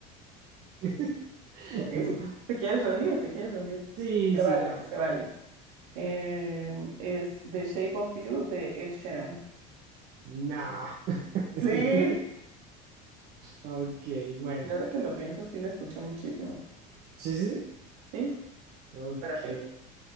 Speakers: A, on the right; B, on the right.
A: <laughs>
B: Ok,
A: no,
B: si te quieres rendir, te quieres rendir.
A: sí,
B: Se
A: sí,
B: vale,
A: no, me-
B: se vale. Em, es The Shape of You de Ed Sheeran.
A: no. <laughs>
B: Sí,
A: Ok, bueno,
B: y ahora que lo pienso, sí la escuché muchísimo.
A: sí, sí, sí,
B: Sí,
A: ok,
B: pero ok,